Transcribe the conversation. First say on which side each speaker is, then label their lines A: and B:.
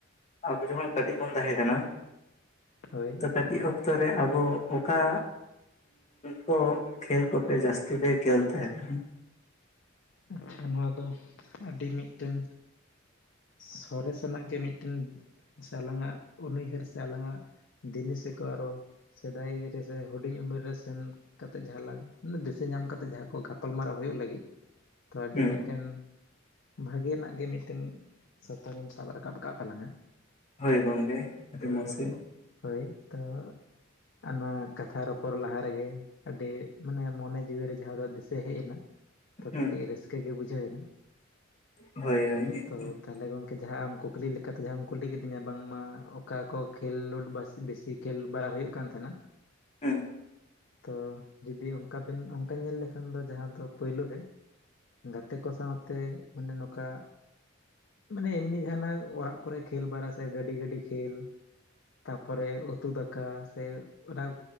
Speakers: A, on the left; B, on the left.
A: ᱟᱵᱚ ᱡᱚᱠᱷᱚᱱ ᱠᱟᱹᱴᱤᱡ ᱵᱚᱱ ᱛᱟᱦᱮᱸ ᱠᱟᱱᱟ᱾
B: ᱦᱳᱭ᱾
A: ᱛᱚ ᱠᱟᱹᱴᱤᱡ ᱚᱠᱛᱚ ᱨᱮ ᱟᱵᱚ ᱚᱠᱟ ᱠᱚ ᱩᱸᱻ ᱠᱷᱮᱞ ᱠᱚᱯᱮ ᱡᱟᱹᱥᱛᱤ ᱯᱮ ᱠᱷᱮᱞ ᱛᱟᱦᱮᱸᱱᱟ?
B: ᱟᱪᱪᱷᱟ ᱱᱚᱣᱟ ᱫᱚ ᱟᱹᱰᱤ ᱢᱤᱫᱴᱮᱱ ᱥᱚᱨᱮᱥ ᱟᱱᱟᱜ ᱜᱮ ᱢᱤᱫᱴᱮᱱ ᱥᱮ ᱟᱞᱟᱝᱟᱜ ᱩᱱᱩᱭᱦᱟᱹᱨ ᱥᱮ ᱟᱞᱟᱝᱟᱜ ᱫᱤᱱᱤ ᱥᱮᱠᱚ ᱟᱨᱚ ᱥᱮᱫᱟᱭ ᱨᱮᱥᱮ ᱦᱩᱰᱤᱧ ᱩᱢᱮᱨ ᱨᱮ ᱥᱮᱱ ᱠᱟᱛᱮᱜ ᱡᱟᱦᱟᱸ ᱞᱟᱝ ᱫᱤᱥᱟᱹ ᱧᱟᱢ ᱠᱟᱛᱮᱜ ᱡᱟᱦᱟᱸ ᱠᱚ ᱜᱟᱯᱟᱞ ᱢᱟᱨᱟᱣ ᱦᱩᱭᱩᱜ ᱞᱟᱹᱜᱤᱜ ᱛᱚ ᱟᱹᱰᱤ
A: ᱦᱩᱸ
B: ᱢᱤᱫᱴᱮᱱ ᱵᱷᱟᱜᱮ ᱭᱟᱱᱟᱜ ᱜᱮ ᱢᱤᱫᱴᱮᱱ ᱥᱟᱛᱟᱢ ᱮᱢ ᱥᱟᱵ ᱨᱟᱠᱟᱵ ᱟᱠᱟᱜ ᱛᱟᱞᱟᱝᱟ᱾
A: ᱦᱳᱭ ᱜᱚᱝᱠᱮ ᱟᱹᱰᱤ
B: ᱛᱚ
A: ᱢᱚᱡᱽ ᱜᱮ᱾
B: ᱦᱳᱭ ᱛᱚ ᱟᱨ ᱱᱚᱣᱟ ᱠᱟᱛᱷᱟ ᱨᱚᱯᱚᱲ ᱞᱟᱦᱟ ᱨᱮᱜᱮᱼᱼ ᱟᱹᱰᱤ ᱢᱟᱱᱮ ᱢᱚᱱᱮ ᱡᱤᱣᱤ ᱨᱮ ᱡᱟᱦᱟᱸ ᱫᱚ ᱫᱤᱥᱟᱹ ᱦᱮᱡ ᱮᱱᱟ᱾ ᱛᱚ
A: ᱦᱩᱸ
B: ᱠᱟᱹᱴᱤᱡ ᱨᱟᱹᱥᱠᱟᱹ ᱜᱮ ᱵᱩᱡᱷᱟᱹᱣ ᱮᱱᱟ᱾
A: ᱦᱳᱭ ᱦᱳᱭ
B: ᱛᱚ
A: <unintelligible>
B: ᱛᱟᱦᱚᱞᱮ ᱜᱚᱝᱠᱮ ᱡᱟᱦᱟᱸ ᱟᱢ ᱠᱩᱠᱞᱤ ᱞᱮᱠᱟ ᱛᱮ ᱡᱟᱦᱟᱸᱢ ᱠᱩᱞᱤ ᱠᱤᱫᱤᱧᱟ ᱵᱟᱝ ᱢᱟ ᱚᱠᱟ ᱠᱚ ᱠᱷᱮᱞᱳᱰ ᱵᱟᱥ ᱵᱮᱥᱤ ᱠᱷᱮᱞ ᱵᱟᱲᱟ ᱦᱩᱭᱩᱜ ᱠᱟᱱ ᱛᱮᱦᱮᱱᱟ᱾
A: ᱦᱩᱸ᱾
B: ᱛᱚ ᱡᱩᱫᱤ ᱚᱱᱠᱟ ᱵᱮᱱ ᱚᱱᱠᱟ ᱧᱮᱞ ᱞᱮᱠᱷᱟᱱ ᱫᱚ ᱡᱟᱦᱟᱸ ᱫᱚ ᱯᱳᱭᱞᱳ ᱨᱮ, ᱜᱟᱛᱮ ᱠᱚ ᱥᱟᱶᱛᱮ ᱢᱟᱱᱮ ᱱᱚᱠᱟ ᱢᱟᱱᱮ ᱮᱢᱱᱤ ᱡᱟᱦᱟᱸᱱᱟᱜ ᱚᱲᱟᱜ ᱠᱚᱨᱮ ᱠᱷᱮᱞ ᱵᱟᱲᱟ ᱥᱮ ᱜᱟᱹᱰᱤ ᱜᱟᱹᱰᱤ ᱠᱷᱮᱞ, ᱛᱟᱯᱚᱨᱮ ᱩᱛᱩ ᱫᱟᱠᱟ ᱥᱮ ᱚᱱᱟ